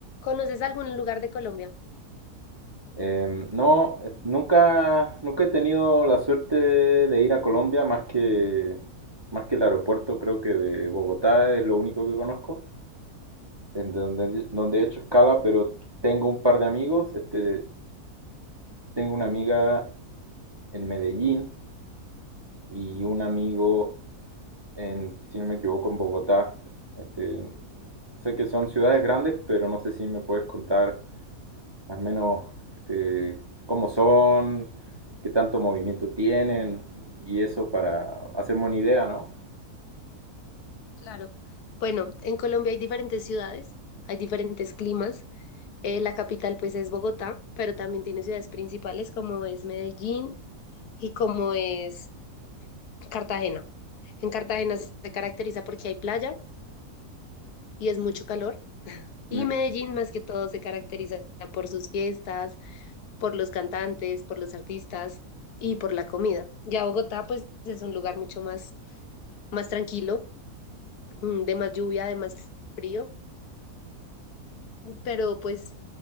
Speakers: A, on the left; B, on the right.
A: ¿Conoces algún lugar de Colombia?
B: Em, no, eh, nunca, nunca he tenido la suerte de ir a Colombia más que, más que el aeropuerto, creo que de Bogotá es lo único que conozco, en donde, donde he hecho escala, pero tengo un par de amigos, este, tengo una amiga en Medellín y un amigo en, si no me equivoco, en Bogotá. Este, sé que son ciudades grandes, pero no sé si me puedes contar más o menos este, cómo son, qué tanto movimiento tienen y eso para hacerme una idea, ¿no?
A: Claro. Bueno, en Colombia hay diferentes ciudades, hay diferentes climas. Eh, la capital pues es Bogotá, pero también tiene ciudades principales como es Medellín y como es Cartagena. En Cartagena se caracteriza porque hay playa y es mucho calor. Y
B: Mm.
A: Medellín más que todo se caracteriza por sus fiestas, por los cantantes, por los artistas y por la comida. Ya Bogotá pues es un lugar mucho más, más tranquilo, mm, de más lluvia, de más frío pero pues